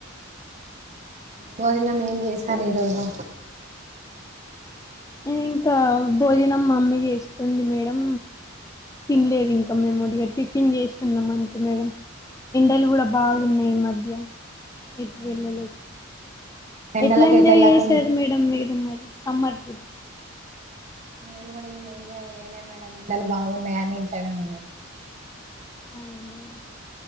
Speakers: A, on the right; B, on the left.
A: భోజనం ఏం చేసారు ఈరోజు
B: ఇంకా భోజనం మమ్మీ చేస్తుంది మేడం తినలేదు ఇంకా మేముడిగా టిఫిన్ చేస్తున్నాం అంతే మేడం ఎండలు కూడా బాగున్నాయి మధ్య ఎటు
A: అవునా
B: వెళ్ళలో
A: ఎండలకి
B: ఎట్లా ఎంజాయ్
A: ఎటు వెళ్ళకుండా
B: చేసారు మేడం మీరు మరి సమ్మర్ క్రిప్స్
A: నేను కూడా ఏం మండలు బాగున్నాయి అని ఇంట్లానే ఉన్నా
B: అవును మేడం